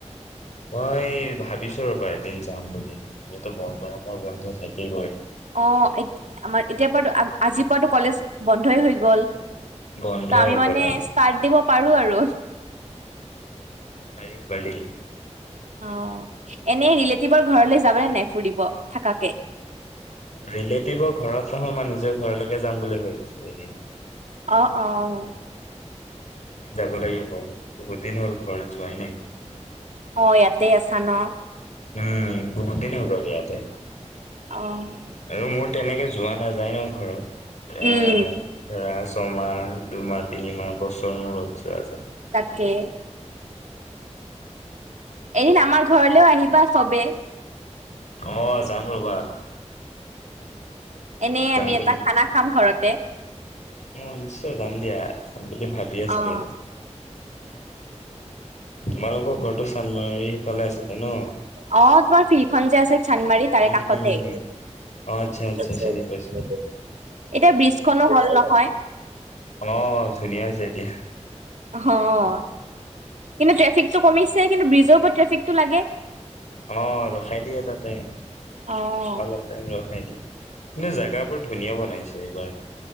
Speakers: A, on the left; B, on the right.
A: মই ভাবিছো ৰ'বা এদিন যাম বুলি, যিহেতু বৰ গৰমৰ বন্ধ থাকিবয়ে।
B: অ', আমাৰ এতিয়াৰ পৰা, আজিৰ পৰাতো কলেজ বন্ধই হৈ গ'ল।
A: বন্ধই
B: ত' আমি
A: হৈ
B: মানে
A: গল আৰু,
B: ষ্টাৰ্ট দিব পাৰো আৰু
A: পাৰি পাৰি।
B: অ', এনেই ৰিলেটিভৰ ঘৰলৈ যাবানে নাই ফুৰিব, থাকাকে।
A: ৰিলেতিভৰ ঘৰত নহয়, মই নিজৰ ঘৰলৈকে যাম বুলি ভাবিছো এদিন।
B: অ', অ'।
A: যাব লাগিব, বহুত দিন হ'ল ঘৰ যোৱাই নাই।
B: অ', ইয়াতেই আছা ন?
A: উম, বহুত দিন হৈ গল ইয়াতে।
B: অ'।
A: আৰু মোৰ তেনেকে যোৱা নাযায় ন ঘৰত।
B: উম,
A: <unintelligible> তোমাৰ, দুমা তিনিমা বছৰ মূৰত যোৱা যায়।
B: তাকে। এদিন আমাৰ ঘৰলেওঁ আহিবা চবেই।
A: অ', যাম ৰ'বা।
B: এনেই
A: যাম
B: আমি
A: বুলি
B: এটা খানা খাম ঘৰতে।
A: অ', নিশ্চয় যাম দিয়া। বুলি ভাবি আছিলো
B: অ',
A: এদিন। তোমালোকৰ ঘৰতো চানমাৰিফালে আছিল অ', ন
B: অ', তোমাৰ ফিল্ডখন যে আছে চান্দমাৰি তাৰে
A: উম,
B: কাষতেই।
A: হুম, হুম। অ', আচ্ছা, আচ্ছা
B: এতিয়া
A: চিনি পাইছো।
B: ব্ৰীজখনো হল নহয়।
A: আহ ধুনীয়া হৈছে এতিয়া
B: অ কিন্তু ট্ৰেফিকটো কমিছে কিন্তু ব্ৰিজৰ ওপৰত ট্ৰেফিকটো লাগে
A: অ ৰখাই দিয়ে তাতে
B: অ',
A: অলপ টাইম ৰখাই দিয়ে কিন্তু জোগাবোৰ ধুনীয়া বনাইছে এইবাৰ